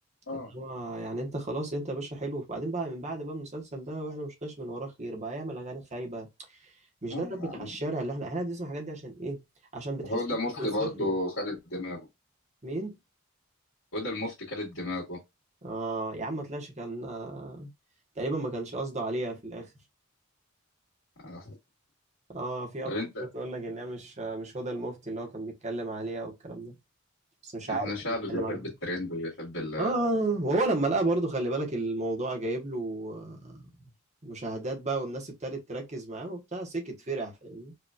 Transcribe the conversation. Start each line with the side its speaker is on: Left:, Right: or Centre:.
Left: اه
Right: اللي هو يعني انت خلاص انت يا باشا حلو وبعدين بقى من بعد بقى المسلسل ده واحنا مش شفناش من وراه خير بقى يعمل اغاني خايبه مش
Left: اه
Right: ده الراب
Left: يا
Right: بتاع
Left: عم.
Right: الشارع اللي احنا احنا بنسمع الحاجات دي عشان ايه عشان بتحس
Left: هو ده
Right: ان
Left: مفتي
Right: انت وصفنا
Left: برضه خالد دماغه
Right: مين
Left: هو ده المفتي خالد دماغه
Right: اه يا عم ما طلعش كان آه تقريبا ما كانش قصده عليها في الاخر
Left: آه.
Right: اه في
Left: طب
Right: اكو
Left: انت
Right: بتقول لك ان هي مش آه، مش هدى المفتي اللي هو كان بيتكلم عليها والكلام ده بس مش عارف
Left: احنا شعب
Right: بيتكلم
Left: بيحب
Right: عن
Left: الترند وبيحب ال
Right: اه آه، وهو لما لقى برضه خلي بالك الموضوع جايب له آه، مشاهدات بقى والناس ابتدت تركز معاه وبتاع سكت فرح فاهمني